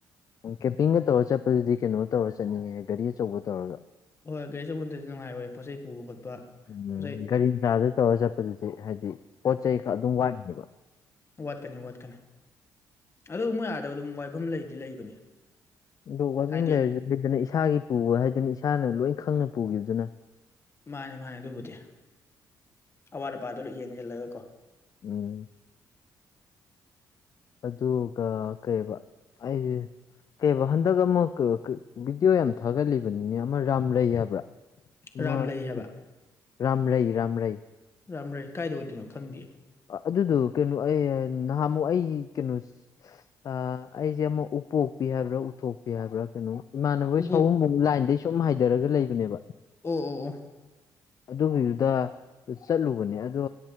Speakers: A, on the left; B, on the left.
A: ꯀꯦꯝꯄꯤꯡꯒ ꯇꯧꯔ ꯆꯠꯄꯗꯨꯗꯤ ꯀꯩꯅꯣ ꯇꯧꯔ ꯆꯠꯅꯤꯡꯉꯦ ꯒꯥꯔꯤ ꯑꯆꯧꯕ ꯇꯧꯔꯒ
B: ꯍꯣꯏ ꯒꯥꯔꯤ ꯑꯆꯧꯕꯗꯗꯤ ꯅꯨꯡꯉꯥꯏꯔꯣꯏ ꯄꯣꯠꯆꯩ ꯄꯨꯕ ꯈꯣꯠꯄ
A: ꯎꯝ
B: ꯄꯣꯠꯆꯩ
A: ꯒꯥꯔꯤ ꯃꯥꯗ ꯇꯧꯔ ꯆꯠꯄꯗꯨꯗꯤ ꯍꯥꯏꯗꯤ ꯄꯣꯠ ꯆꯩ ꯈꯔ ꯑꯗꯨꯝ ꯋꯥꯠꯅꯦꯕ
B: ꯋꯥꯗ ꯀꯅꯤ ꯋꯥꯗꯀꯅꯤ ꯑ ꯃꯨꯛ ꯌꯥꯗꯕ ꯑꯗꯨꯝ ꯋꯥꯏꯐꯝ ꯂꯩꯗꯤ ꯂꯩꯕꯅꯦ
A: ꯗꯣꯛ ꯋꯥꯏꯐꯝ
B: ꯍꯥꯏꯗꯤ
A: ꯂꯩꯔꯁꯨ ꯂꯩꯗꯅ ꯏꯁꯥꯒꯤ ꯄꯨꯕ ꯍꯥꯏꯗꯨꯅ ꯏꯁꯥꯅ ꯂꯣꯏ ꯈꯪꯅ ꯄꯨꯈꯤꯕꯗꯨꯅ
B: ꯃꯥꯅꯦ ꯃꯥꯅꯦ ꯑꯗꯨꯕꯨꯗꯤ ꯑꯋꯥꯠ ꯑꯄꯥꯗꯨ ꯂ ꯌꯦꯡꯁꯤꯜꯂꯒ ꯀꯣ
A: ꯎꯝ ꯑꯗꯨꯒ ꯀꯩꯕ ꯑꯩꯁ ꯀꯩꯕ ꯍꯟꯗꯛ ꯑꯃꯛ ꯚꯤꯗꯤꯑꯣ ꯌꯥꯝ ꯊꯥꯒꯠꯂꯤꯕꯅꯤꯅꯦ ꯑꯃ ꯔꯥꯝ ꯂꯩ ꯍꯥꯏꯕ꯭ꯔꯥ
B: ꯔꯥꯝꯂꯩ
A: ꯂꯥꯔꯝꯔꯩ
B: ꯍꯥꯏꯕ
A: ꯂꯥꯔꯝꯔꯩ
B: ꯔꯥꯝꯔꯦ ꯀꯥꯏꯗꯧ ꯑꯣꯏꯗꯣꯏꯅꯣ ꯈꯪꯗꯦ
A: ꯑꯗꯨꯗꯣ ꯀꯩꯅꯣ ꯑꯩ ꯅꯍꯥꯟꯃꯨꯛ ꯑꯩ ꯀꯩꯅꯣ ꯑ ꯑꯩꯁꯦ ꯑꯃꯨꯛ ꯎꯄꯣꯛꯄꯤ ꯍꯥꯏꯕ꯭ꯔꯥ ꯎꯊꯣꯛꯄꯤ ꯍꯥꯏꯕ꯭ꯔꯥ ꯀꯩꯅꯣ ꯏꯃꯥꯟꯅꯕ
B: ꯎꯕꯣꯛ
A: ꯁꯍꯨꯝꯕ ꯂꯥꯏꯟꯗꯩ ꯁꯨꯝ ꯍꯥꯏꯊꯔꯒ ꯂꯩꯕꯅꯦꯕ
B: ꯑꯣ ꯑꯣ ꯑꯣ
A: ꯑꯗꯨꯒꯤꯗꯨꯗ ꯆꯠꯂꯨꯕꯅꯦ ꯑꯗꯣ